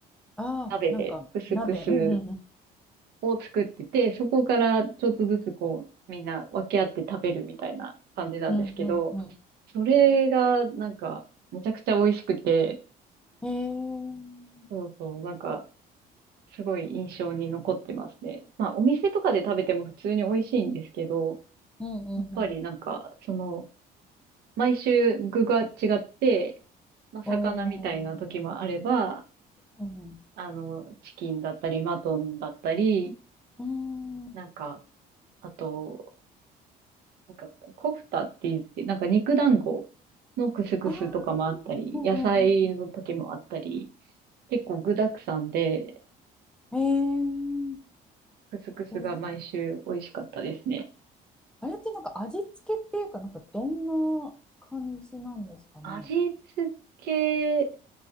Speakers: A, in the centre; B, on the right.
A: ああ、
B: 鍋でクスクス
A: なんか、鍋。うんうんうん。
B: を作ってて、そこからちょっとずつこうみんな分け合って食べるみたいな感じなんですけど、
A: うんうんう
B: それがなんかめちゃくちゃ美味しくて、
A: ん。えー。
B: そうそう、なんかすごい印象に残ってますね。まあお店とかで食べても普通に美味しいんですけど、
A: うんうんうん。
B: やっぱりなんかその毎週具が違って、まあ、魚みたいな時もあれば、
A: おー。うん
B: あの、チキンだったり、マトンだったり、
A: うん。うーん。
B: なんか、あと、なんか、コフタって言って、なんか肉団子のクスクスとかもあったり、
A: ああ、うんうん
B: 野菜の時もあったり、結構具沢山で、
A: うん。えー。
B: クスクスが毎週美味しかったですね。
A: おいしあれってなんか味付けっていうか、なんかどんな感じなんですかね。
B: 味付け